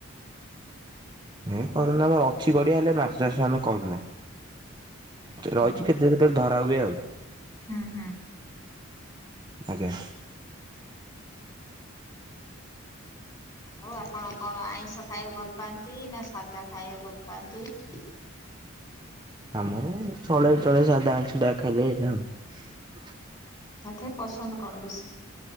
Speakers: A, on the right (about 20°); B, on the left (about 20°).
A: ହେ କରୁନା ଆମର ଅଛି ଗଡିଆ ହେଲେ ମାଛ ଚାଷ ଆମେ କରୁନା। ରହିଛି
B: ଓହୋ।
A: କେତେ କେତେବେଳେ ଧରା ହୁଏ ଆଉ।
B: ହୁଁ ହୁଁ।
A: ଆଜ୍ଞା।
B: ଆଉ ଆପଣ କଣ ଆଇଁଷ ଖାଇବାକୁ ଭଲ ପାଆନ୍ତି ନା ସାଧା ଖାଇବାକୁ ଭଲ ପାଆନ୍ତି?
A: ଆମର ଚଳେ ଚଳେ ସାଧା ଆଇଁଷ ଯାହା ଖାଇଲେ ହେଲା ଆଉ।
B: ତଥାପି ପସନ୍ଦ କଣ ବେଶୀ?